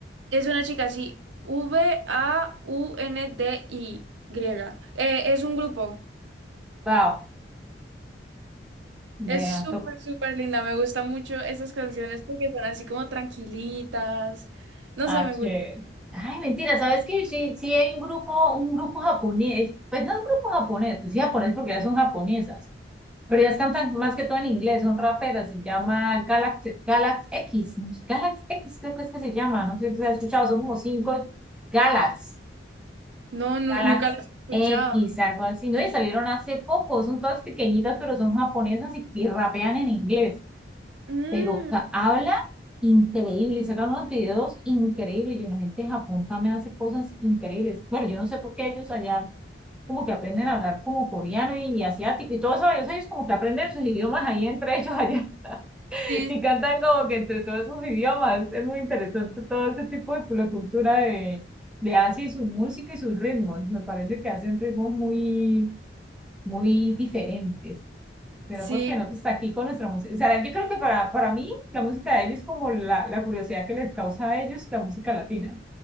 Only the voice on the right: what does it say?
es una chica así, V-A-U-N-D-I, griega. Eh, es un grupo.
Es
súper,
súper linda. Me gustan mucho esas canciones porque son así como tranquilitas. No
sé, me
gusta.
No, nu-
nunca los he escuchado.
Mm,
sí,
sí,